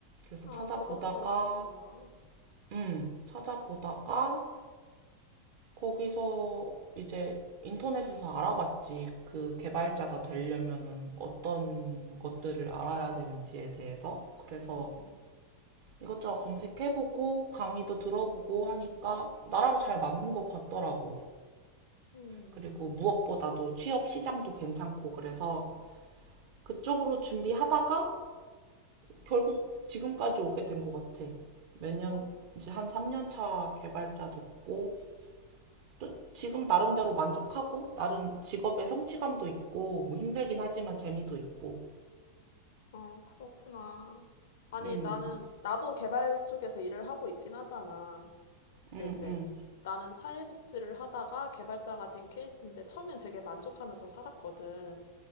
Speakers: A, on the right; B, on the left.
A: 그래서
B: 아,
A: 찾아보다가,
B: 그런 거였구나.
A: 음, 찾아보다가 거기서 이제 인터넷에서 알아봤지. 그 개발자가 되려면은 어떤 것들을 알아야 되는지에 대해서. 그래서
B: 음, 음,
A: 이것저것 검색해보고 강의도 들어보고 하니까 나랑 잘 맞는 것 같더라고.
B: 음.
A: 그리고 무엇보다도 취업 시장도 괜찮고 그래서 그쪽으로 준비하다가 결국 지금까지 오게 된 것 같아. 몇 년,
B: 어,
A: 이제 한 3년 차 개발자 됐고 또 지금 나름대로 만족하고 나름 직업의 성취감도 있고 뭐 힘들긴 하지만 재미도 있고.
B: 아, 그렇구나. 아니,
A: 음,
B: 나는, 나도 개발 쪽에서 일을 하고 있긴 하잖아.
A: 음,
B: 근데 이제
A: 음,
B: 나는 사회복지를 하다가 개발자가 된 케이스인데 처음엔 되게 만족하면서 살았거든.